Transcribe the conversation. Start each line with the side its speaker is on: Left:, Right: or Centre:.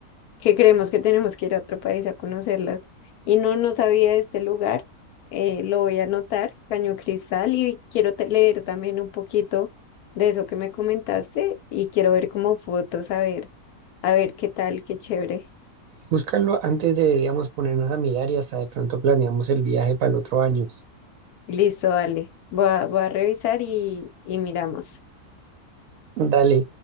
Left: que creemos que tenemos que ir a otro país a conocerlas. Y no, no sabía de este lugar, eh, lo voy a anotar, Caño Cristal, y quiero te- leer también un poquito de eso que me comentaste y quiero ver como fotos, a ver, a ver qué tal, qué chévere.
Right: Búscalo antes deberíamos ponernos a mirar y hasta de pronto planeamos el viaje para el otro año.
Left: Listo, dale. Voy a, voy a revisar y, y miramos.
Right: Dale,